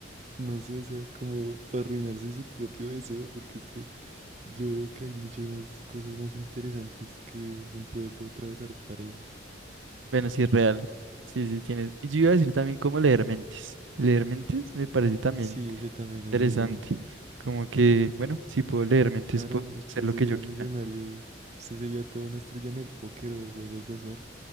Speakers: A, on the right; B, on the right.
A: no sé, o sea, como arruinarse su propio deseo, porque es que yo veo que hay muchas más cosas más interesantes que un poder de atravesar paredes.
B: Bueno, sí, real. Sí, sí, tienes. y Yo iba a decir también cómo leer mentes. Leer mentes me parece también
A: Sí, ese también
B: interesante.
A: es muy bueno.
B: Como que, bueno, si puedo leer mentes,
A: Claro,
B: puedo
A: usted
B: hacer lo
A: sería
B: que yo quiera.
A: millonario y usted sería toda una estrella en el póker o juegos de azar.